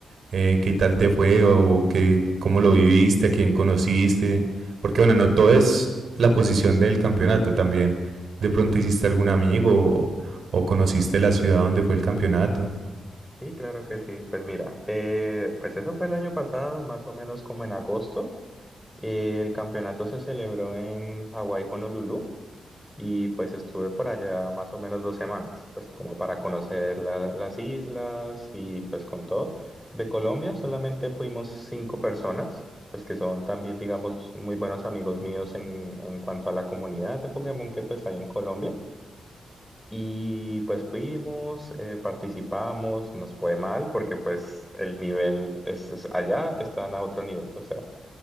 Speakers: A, on the right; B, in the centre.
A: eh, qué tal te fue o qué, cómo lo viviste, a quién conociste. Porque bueno, no todo es la posición del campeonato también. De pronto hiciste algún amigo o, o conociste la ciudad donde fue el campeonato.
B: Sí, claro que sí. Pues mira, eh, pues eso fue el año pasado, más o menos como en agosto. Eh, el campeonato se celebró en Hawái, Honolulu, y pues estuve por allá más o menos dos semanas, pues como para conocer la- las islas y pues con todo. De Colombia solamente fuimos cinco personas, pues que son también, digamos, muy buenos amigos míos en, en cuanto a la comunidad de Pokémon que pues hay en Colombia. Y pues fuimos, eh, participamos, nos fue mal porque pues el nivel es, es- allá están a otro nivel, o sea,